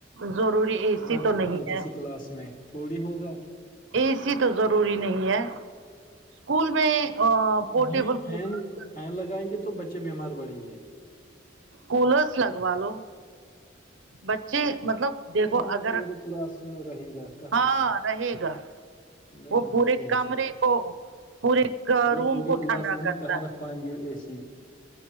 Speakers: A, on the right; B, on the left.
A: ضروری ا سی
B: ہر
A: تو نہیں
B: ہر کسی
A: ہے
B: کلاس میں تھوڑی ہوگا
A: اے سی تو ضروری نہیں ہے اسکول میں پورٹیبل
B: نہیں فین
A: کولر
B: فین لگائیں گے تو بچے بیمار پڑیں گے
A: کولرس لگوا لو بچے مطلب دیکھو
B: کہاں
A: اگر
B: پورے کلاس میں رہے گا کہاں
A: ہاں رہے گا
B: نہیں
A: وہ پورے
B: نہیں ہو
A: کمرے
B: سکتا
A: کو پورے
B: مطلب
A: روم
B: پوری
A: کو
B: کلاسز
A: ٹھنڈا
B: میں
A: کرتا
B: کہاں رکھ
A: ہے
B: پائیں گے اے سی